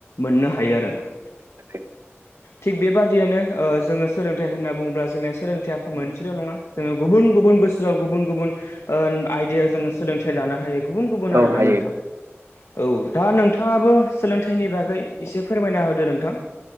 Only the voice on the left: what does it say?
मोननो हायो आरोना
थिग बेबादियानो जोङो सोलोंथाइ होनना बुङोब्ला जोंनिया सोलोंथाइ फा मोनसेल' नङा। जोङो गुबुन गुबुन बोसोराव गुबुन गुबुन ओ आयदायाव जोङो सोलोंथाइ लानो हायो। गुबुन गुबुन
आरोना
नोंथां औ। दा नोंथाङाबो सोलोंथाइनि बागै एसे फोरमायना होदो नोंथां।